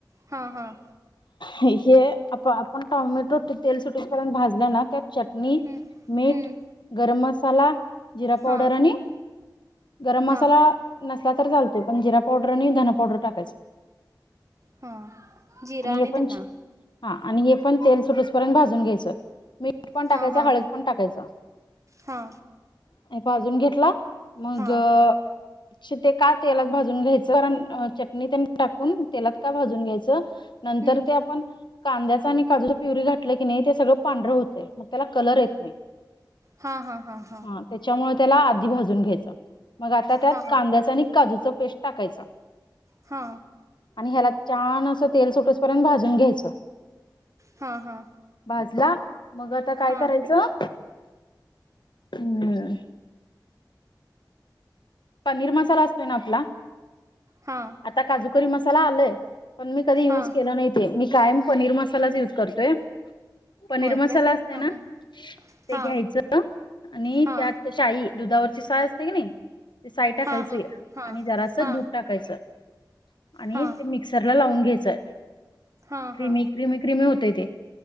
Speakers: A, on the right; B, on the left.
A: हा हा
B: हे आप -आपण टोमॅटो ते तेल सुटुसपर्यंत भाजलं ना त्यात चटणी,
A: हम्म
B: मीठ,
A: हम्म
B: गरम मसाला, जिरा पावडर
A: हा
B: आणि गरम
A: हा
B: मसाला नस नसला तर चालतोय पण जिरा पावडर आणि धन पावडर टाकायच.
A: हा. जिरा
B: आणि हे पण
A: धना
B: -हा आणि हे पण तेल सुटुस पर्यंत भाजून घ्यायचं मीठ पण टाकायचं
A: हा हा
B: हळद पण टाकायचं
A: हा
B: भाजून घेतला मग
A: हा
B: <unintelligible> ते का तेलात भाजून घ्यायचं कारण चटणी त्यांनी टाकून तेलात का भाजून घ्यायचं नंतर
A: हम्म.
B: ते आपण कांद्या त्यात आणि काजूची प्युरी घातलं की नाही ते सगळं पांढर होतय मग त्याला कलर येत नाही.
A: हा- हा- हा- हा..
B: हां त्याच्यामुळे त्याला आधी भाजून घ्यायचं मग आता त्यात
A: हा
B: कांद्याच आणि काजूच पेस्ट टाकायचं
A: हा.
B: आणि ह्याला छान अस तेल सुटुसपर्यंत भाजून घ्यायचं
A: हा -हा
B: भाजला मग आता काय
A: हा
B: करायचं? हम्म.. पनीर मसाला असतोय ना आपला
A: हा
B: आता काजूकरी मसाला आलंय पण मी कधी युज
A: हा
B: केलं नाही ते, मी कायम पनीर मसालाच युज करते पनीर
A: होय
B: मसाला
A: काय
B: असतय
A: हा
B: ना
A: हा
B: ते
A: हा
B: घ्यायचं, आणि
A: हा
B: त्यात शाई दुधावरची साय असते कीनी ती साय टाकायची
A: हा हा हा
B: आणि जरास
A: हा
B: दूध टाकायचं. आणि
A: हा
B: ते मिक्सरला लावून घ्यायचंय
A: हा
B: क्रिमी
A: हा
B: क्रिमी क्रिमी होतेय ते